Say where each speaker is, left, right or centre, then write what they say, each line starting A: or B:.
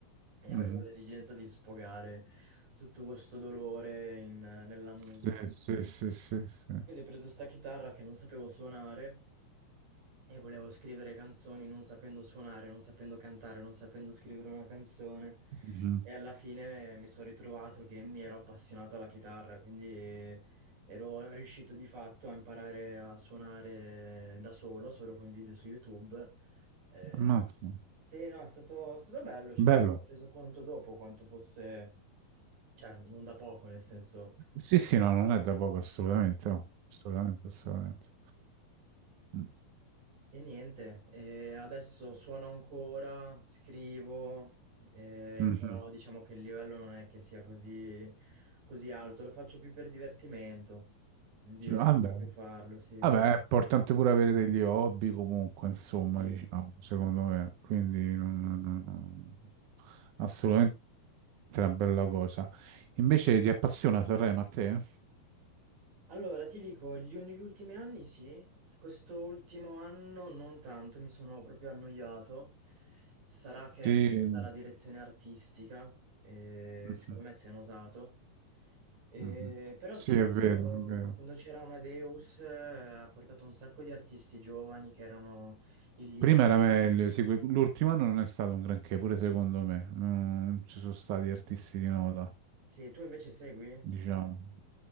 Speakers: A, on the right; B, on the right.
A: e
B: Mhm.
A: avevo l'esigenza di sfogare tutto questo dolore in- nella musica.
B: Sì, sì, sì, sì, sì.
A: Quindi ho preso sta chitarra che non sapevo suonare e volevo scrivere canzoni non sapendo suonare, non sapendo cantare, non sapendo scrivere una canzone.
B: Mhm.
A: E alla fine mi sono ritrovato che mi ero appassionato alla chitarra, quindi ero riuscito di fatto a imparare a suonare da solo, solo con video su YouTube. Eh,
B: Ammazza.
A: sì, no, è stato, è stato bello. Cioè,
B: Bello.
A: poi mi sono reso conto dopo quanto fosse, cioè, non da poco, nel senso.
B: Sì, sì, no, non è da poco, assolutamente. oh. Assolutamente, assolutamente. Mm.
A: E niente, eh, adesso suono ancora, scrivo, eh,
B: Mhm.
A: però diciamo che il livello non è che sia così, così alto, lo faccio più per divertimento, mi diverto
B: Vabbè.
A: proprio a farlo, sì.
B: Vabbè, è importante pure avere degli hobby comunque, insomma,
A: Sì,
B: diciamo, secondo me. Quindi
A: sì, sì,
B: non-
A: sì.
B: non- non- assolutamente una bella cosa. Invece ti appassiona Sanremo a te?
A: Allora, ti dico, gli, negli ultimi anni sì, quest'ultimo anno non tanto, mi sono proprio annoiato. Sarà che
B: Sì.
A: è cambiata la direzione artistica, e
B: Mhm,
A: secondo me si è notato. E-
B: mhm.
A: però
B: Sì,
A: sì,
B: è vero,
A: quando,
B: è vero.
A: quando c'era Amadeus eh, ha portato un sacco di artisti giovani che erano in linea.
B: Prima era meglio, sì, que- l'ultimo anno non è stato un granché, pure
A: Mm,
B: secondo me. Non ci sono stati artisti di nota
A: Sì, tu invece segui?
B: diciamo.